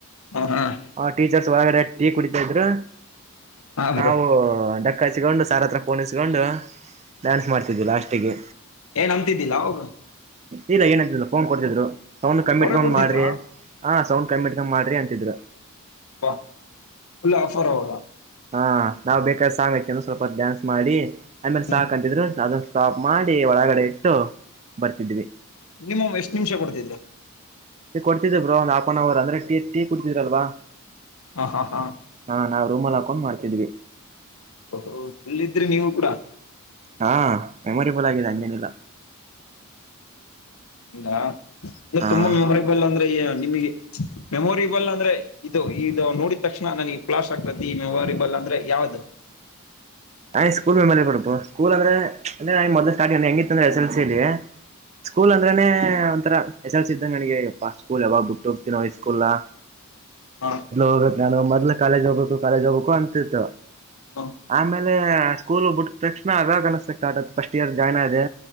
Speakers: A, on the left (about 70°); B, on the right (about 30°).
A: ಹ ಹಾ <unintelligible>
B: ಆ ಟೀಚರ್ಸ್ ಒಳಗಡೆ ಟೀ ಕುಡಿತಾ ಇದ್ರು
A: ಹಾ ಬ್ರೋ
B: ನಾವು ಡಕ್ಕ ಹಚ್ಚಿಗೊಂಡು ಸರ್ ಹತ್ರ ಫೋನ್ ಇಸ್ಕೊಂಡು ಡ್ಯಾನ್ಸ್ ಮಾಡ್ತಿದ್ವಿ ಲಾಸ್ಟಿಗೆ.
A: ಏಯ್ ನಮ್ಮದ್ದಿದಿಲ್ಲಾ ಅವಾಗ.
B: ಇಲ್ಲ ಏನ್ ಅಂತಿದಿಲ್ಲಾ ಫೋನ್ ಕೊಡ್ತಿದ್ರು ಸೌಂಡ್ ಕಮ್ಮಿ
A: ಅವ್ರೇ
B: ಇಟ್ಕೊಂಡ್
A: ಕೊಡ್ತಿದ್ರಾ
B: ಮಾಡ್ರಿ. ಹಾ ಸೌಂಡ್ ಕಮ್ಮಿ ಇಟ್ಕಂಡ ಮಾಡ್ರಿ ಅಂತಿದ್ರು.
A: ಅ ಲ್ಲ <unintelligible> ಫುಲ್ ಆಫರ್ ಅವಾಗ.
B: ಹಾ ನಾವ್ ಬೇಕಾದ ಸಾಂಗ್ ಹಾಕಂದ ಸ್ವಲ್ಪ ಡ್ಯಾನ್ಸ್ ಮಾಡಿ ಆಮೇಲೆ
A: ಹ್ಮ್
B: ಸಾಕಂತಿದ್ರು. ಅದ ಸ್ಟಾಪ್ ಮಾಡಿ ಒಳಗಡೆ ಇಟ್ಟು. ಬರ್ತಿದ್ವಿ.
A: ಮಿನಮ್ ಎಷ್ಟ್ ನಿಮಿಷ ಕೊಡ್ತಿದ್ರು.
B: ಕೊಡ್ತಿದ್ರು ಬ್ರೋ ಒಂದು ಆಫ್ ಅನ್ ಅವ ಅಂದ್ರೆ ಟೀ ಕುಡ್ತಿದ್ರಲ್ವಾ.
A: ಹಾ ಹಾ ಹಾ
B: ಹಾ ನಾವು ರೂಮಲ್ಲಿಹಾಕೊಂಡ್ ಮಾಡ್ತಿದ್ವಿ.
A: ಓಹೋ ಇಲ್ಲಿದ್ರಿ ನೀವು ಕೂಡ.
B: ಹಾ ಮೆಮೊರಿಬಲ್ ಆಗಿದೆ ಹಂಗೇನಿಲ್ಲಾ.
A: ಹಾ ಅಂದ್ರೆ
B: ಹಾ
A: ತುಂಬಾ ಮೆಮೊರೇಬಲ್ ಅಂದ್ರೆ ನಿಮಗೆ. ಮೆಮೊರಿಬಲ್ ಅಂದ್ರೆ ಇದು ಇದು ನೋಡಿದ ತಕ್ಷಣ ನನಗ್ ಪ್ಲಾಶ್ ಆಗ್ತತಿ ಈ ಮೆಮೊರಿಬಲ್ ಅಂದ್ರೆ ಯಾವ್ದದು.
B: ನಾ ಸ್ಕೂಲ್ ಮೆಮಲಿಬರ್ಪು ಸ್ಕೂಲ್ ಅಂದ್ರೆ. ಅಂದ್ರೆ ಮೊದಲು ಸ್ಟಾರ್ಟ್ಂಗ ಹೆಂಗಿತ್ತ ಅಂದ್ರೆ ಎಸ್ ಎಲ್ ಸಿಲ್ಲಿ ಸ್ಕೂಲ್ ಅಂದ್ರನೆ ಒಂತರ. ಎಸ್ ಎಲ್ ಸಿ ಇದಂಗ ನನಗೆ ಯಪ್ಪ ಸ್ಕೂಲ್ ಯಾವಾಗ ಬಿಟ್ಟು ಹೋಗ್ತನೋ ಸ್ಕೂಲ್ನಾ
A: ಹ
B: ಹೋಗ್ಬೇಕು ನಾನು ಮೊದ್ಲು ಕಾಲೇಜ್ ಹೋಗ್ಬೇಕು ಕಾಲೇಜ್ ಹೋಗ್ಬೇಕು ಅಂತಿತ್ತು
A: ಹ
B: ಆಮೇಲೆ. ಅದೇ ಸ್ಕೂಲ್ ಬಿಟ್ಟ ತಕ್ಷಣ ಅದಾಗ ಆ ಫಸ್ಟ್ ಇಯರ್ ಜಾಯ್ನ್ ಆದೆ.